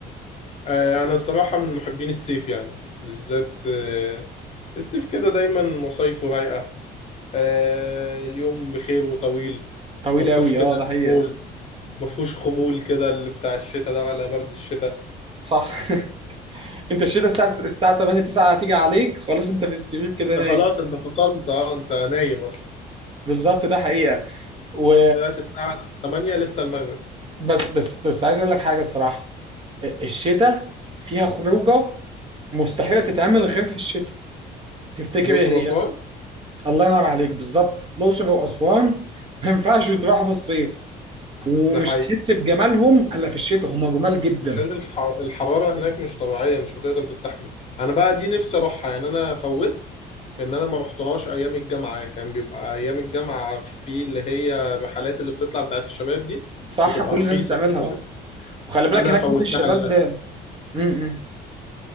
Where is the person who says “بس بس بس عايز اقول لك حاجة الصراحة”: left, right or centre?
Right